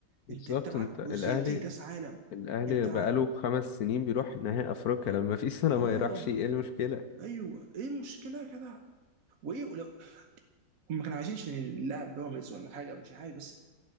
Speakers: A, on the left (about 65°); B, on the right (about 55°).
A: بالظبط
B: انت انت معاك
A: انت الاهلي
B: جزئيتين كاس عالم
A: الاهلي
B: انت
A: بقاله
B: هت...
A: خمس سنين بيروح نهائي افريقيا لما في سنة
B: اه
A: ما يروحش ايه المشكلة؟
B: ايوه ايه المشكله يا جدع وايه ولو ما كانوا عايزينش نلعب بيراميدز ولا حاجه مش عارف بس